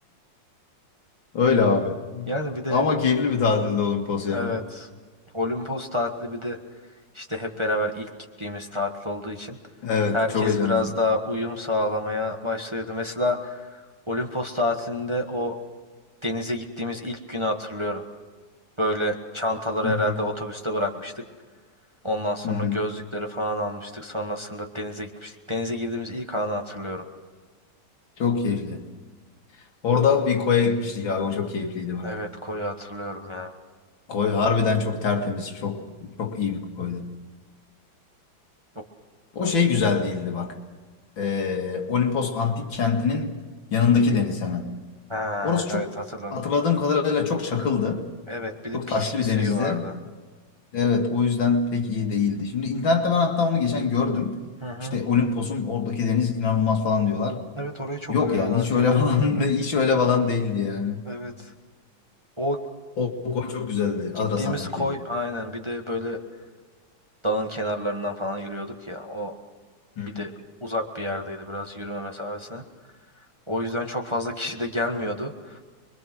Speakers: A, on the left (about 80°); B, on the right (about 15°).
A: Öyle abi.
B: Yani bir de
A: Ama keyifli bir tatilde Olimpos ya.
B: evet, Olimpos tatili bir de işte hep beraber ilk gittiğimiz tatil olduğu için
A: Evet
B: herkes
A: çok heyecanlıydık.
B: biraz daha uyum sağlamaya başladı. Mesela Olimpos tatilinde o denize gittiğimiz ilk günü hatırlıyorum. Böyle çantaları
A: Hı hı,
B: herhalde otobüste bırakmıştık. Ondan sonra
A: hı hı.
B: gözlükleri falan almıştık. Sonrasında denize gitmiştik. Denize girdiğimiz ilk anı hatırlıyorum.
A: Çok keyifli. Orada bir koya gitmiştik abi o çok keyifliydi bak.
B: Evet koyu hatırlıyorum ya.
A: Koy harbiden çok tertemiz çok çok iyi bir koydu.
B: Yok.
A: O şey güzel değildi bak. Ee, Olimpos Antik Kenti'nin yanındaki deniz hemen.
B: Ha,
A: Orası çok
B: evet hatırladım.
A: hatırladığım kadarıyla çok çakıldı.
B: Evet bir de
A: Çok
B: pis
A: taşlı
B: bir
A: bir
B: suyu
A: denizdi.
B: vardı.
A: Evet o yüzden pek iyi değildi. Şimdi internette ben hatta onu geçen gördüm.
B: Hı hı.
A: İşte Olimpos'un oradaki deniz inanılmaz falan diyorlar.
B: Evet orayı çok
A: Yok
B: övüyorlar
A: yani hiç
B: diye
A: öyle
B: duydum
A: <laughs> falan
B: ben de.
A: de, hiç öyle falan değildi yani.
B: Evet. O
A: O, o koy çok güzeldi
B: gittiğimiz
A: Adrasan'daki.
B: koy aynen bir de böyle dalın kenarlarından falan yürüyorduk ya. O
A: Hı hı.
B: bir de uzak bir yerdeydi biraz yürüme mesafesine. O yüzden çok fazla kişi de gelmiyordu.